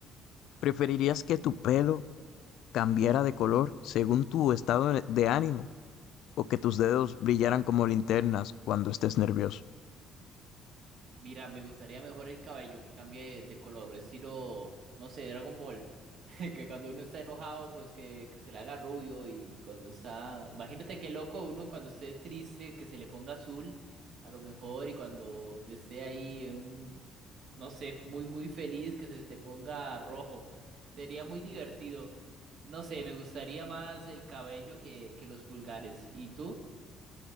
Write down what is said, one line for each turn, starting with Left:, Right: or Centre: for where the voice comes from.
Left: ¿Preferirías que tu pelo cambiara de color según tu estado de de ánimo o que tus dedos brillaran como linternas cuando estés nervioso?
Right: Mira, me gustaría mejor el cabello que cambie de color, estilo, no sé, Dragon Ball. <laughs> Que cuando uno está enojado, pues que, que se le haga rubio y cuando está... Imagínate qué loco uno cuando esté triste, que se le ponga azul, a lo mejor, y cuando esté ahí en un, no sé, muy, muy feliz, que se te ponga rojo. Sería muy divertido. No sé, me gustaría más el cabello que, que los pulgares. ¿Y tú?